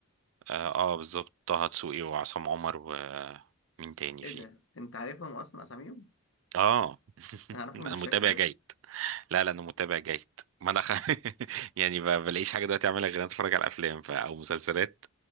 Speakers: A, on the right; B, on the left.
A: اه, آه بالظبط طه دسوقي وعصام عمر ومين تاني
B: ايه
A: فيه
B: ده انت عارفهم اصلا اساميهم
A: اه
B: انا اعرفهم
A: انا
B: بالشكل
A: متابع
B: بس
A: جيد لا لا انا متابع جيد ما انا خ... <laughs> يعني ما بلاقيش حاجه دلوقتي اعملها غير إن أنا اتفرج على افلام ف... او مسلسلات